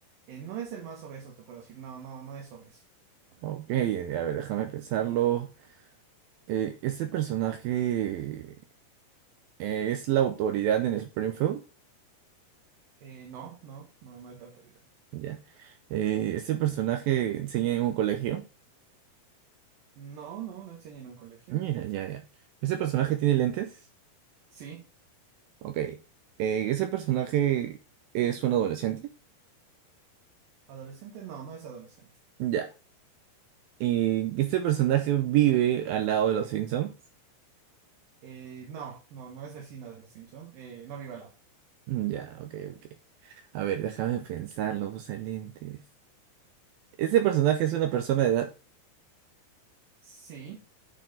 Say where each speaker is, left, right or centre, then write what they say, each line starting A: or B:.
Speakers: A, on the right (about 65°); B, on the right (about 80°).
A: eh, no es el más obeso, te puedo decir. No, no, no es obeso.
B: Ok, eh, a ver, déjame pensarlo. Eh, este personaje eh, es la autoridad en Springfield.
A: Eh, no, no, no, no es de autoridad.
B: Ya. Eh, este personaje enseña en un colegio.
A: No, no, no enseña en un colegio.
B: Mira, ya, ya. Este personaje tiene lentes?
A: Sí,
B: Ok. Eh, ese personaje es un adolescente.
A: adolescente, no, no es adolescente.
B: Ya. Y este personaje vive al lado de los Simpsons.
A: Eh, no, no, no es vecina de los Simpson. Eh, no vive al lado.
B: Mm, Ya, ok, ok. A ver, déjame pensarlo, usa lentes. ¿Ese personaje es una persona de edad?
A: Sí.